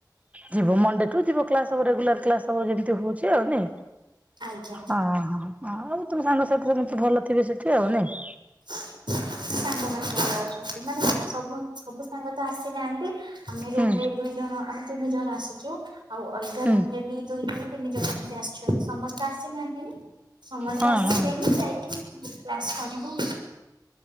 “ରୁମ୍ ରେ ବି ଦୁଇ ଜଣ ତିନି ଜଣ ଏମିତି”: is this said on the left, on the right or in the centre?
Right